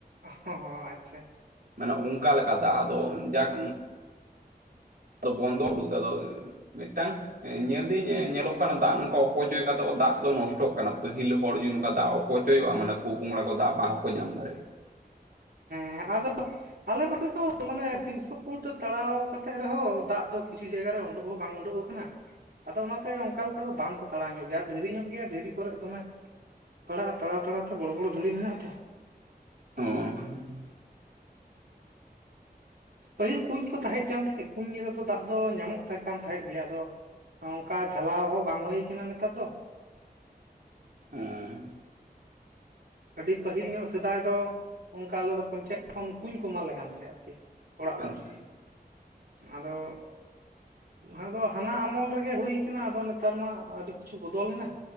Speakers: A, on the right (about 80°); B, on the right (about 65°).
A: ᱦᱚᱸ ᱦᱚᱸ ᱟᱪᱪᱷᱟ ᱟᱪᱪᱷᱟ᱾
B: ᱢᱟᱱᱮ ᱚᱱᱠᱟ ᱞᱮᱠᱟ ᱫᱟᱜ ᱟᱫᱚ ᱡᱟᱠ ᱟᱫᱚ ᱵᱚᱱᱫᱚ ᱩᱰᱩᱠ ᱫᱟᱜ ᱫᱚ ᱢᱤᱫᱴᱟᱝ ᱧᱮᱞ ᱫᱟᱹᱧ ᱧᱮᱞᱚᱜ ᱠᱟᱱᱟ ᱫᱟᱜ ᱱᱚᱝᱠᱟ ᱚᱯᱚᱪᱚᱭ ᱠᱟᱛᱮᱜ ᱫᱟᱜ ᱫᱚ ᱱᱚᱥᱴᱚᱜ ᱠᱟᱱᱟ, ᱯᱟᱹᱦᱤᱞ ᱦᱚᱲ ᱡᱩᱫᱤ ᱱᱚᱝᱠᱟ ᱫᱟᱜ ᱚᱯᱚᱪᱚᱭ ᱚᱪᱚᱭ ᱦᱩᱭᱩᱜᱼᱟ, ᱢᱟᱱᱮ ᱯᱩ-ᱯᱚᱝᱲᱟ ᱠᱚ ᱫᱟᱜ ᱵᱟᱝ ᱦᱚᱸᱠᱚ ᱧᱟᱢ ᱫᱟᱲᱮᱭᱟᱜᱼᱟ ᱾
A: ᱦᱮᱸ ᱟᱫᱚ ᱟᱞᱮ ᱱᱚᱛᱮ ᱫᱚ ᱢᱟᱱᱮ ᱛᱤᱱᱥᱚ ᱯᱷᱩᱴ ᱛᱟᱲᱟᱣ ᱠᱟᱛᱮᱜ ᱨᱮᱦᱚᱸ ᱫᱟᱜ ᱫᱚ ᱠᱤᱪᱷᱩ ᱡᱟᱭᱜᱟ ᱨᱮ ᱩᱰᱩᱜ ᱦᱚᱸ ᱵᱟᱝ ᱩᱰᱩᱜ- ᱟᱫᱚ ᱚᱱᱟᱛᱮ ᱚᱱᱠᱟ ᱞᱮᱠᱟ ᱫᱚ ᱵᱟᱝᱠᱚ ᱛᱟᱲᱟᱣ ᱧᱚᱜ ᱜᱮᱭᱟ ᱫᱷᱤᱨᱤ ᱧᱚᱜ ᱜᱮᱭᱟ ᱫᱷᱤᱨᱤ ᱠᱚᱨᱮ ᱫᱚᱢᱮ ᱯᱟᱲᱟᱜᱼᱟ ᱛᱟᱲᱟᱣ ᱛᱟᱲᱟᱣᱛᱮ ᱵᱚᱲᱚ ᱵᱚᱲᱚ ᱫᱷᱤᱲᱤ ᱢᱮᱱᱟᱜ-ᱟ ᱛᱚ ᱾
B: ᱚᱸᱻ
A: ᱯᱟᱹᱦᱤᱞ ᱠᱩᱧ ᱠᱚ ᱛᱟᱸᱦᱮᱫ ᱠᱟᱱ ᱛᱟᱦᱮᱸᱫ ᱠᱩᱧ ᱨᱮᱫᱚ ᱫᱟᱜ ᱫᱚ ᱧᱟᱢᱚᱜ ᱛᱟᱦᱮᱸ ᱠᱟᱱ ᱛᱟᱦᱮᱸᱫ ᱜᱮ ᱟᱫᱚ ᱚᱱᱠᱟ ᱡᱷᱟᱞᱟᱣ ᱦᱚᱸ ᱵᱟᱝ ᱦᱩᱭ ᱠᱟᱱᱟ ᱱᱮᱛᱟᱨ ᱫᱚ ᱾
B: ᱩᱸ᱾
A: ᱟᱹᱰᱤ ᱯᱟᱹᱦᱤᱞ ᱧᱚᱜ ᱥᱮᱫᱟᱭ ᱫᱚ ᱚᱱᱠᱟ ᱟᱞᱮ ᱫᱚ ᱯᱚᱧᱪᱟᱭᱮᱛ ᱠᱷᱚᱱ ᱠᱩᱸᱧ ᱠᱚ ᱮᱢᱟᱞᱮ- ᱠᱟᱱ ᱛᱟᱦᱮᱸᱫ ᱟᱨᱠᱤ ᱚᱲᱟᱜ
B: ᱟᱪᱪᱷᱟ
A: ᱚᱲᱟᱜ, ᱟᱫᱚ ᱟᱫᱚ ᱦᱟᱱᱟ ᱟᱢᱚᱞ ᱨᱮᱜᱮ ᱦᱩᱭ ᱠᱟᱱᱟ ᱟᱫᱚ ᱱᱮᱛᱟᱨ ᱢᱟ ᱟᱹᱰᱤ ᱠᱤᱪᱷᱩ ᱵᱚᱫᱚᱞᱮᱱᱟ᱾